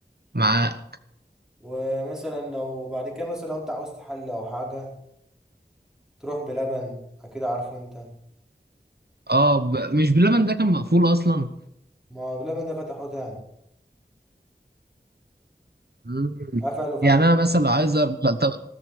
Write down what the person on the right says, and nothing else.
معاه
اه ب... مش باللبن ده كان مقفول اصلا
مم.
يعني انا
مثلا لو عايز أر- لا طب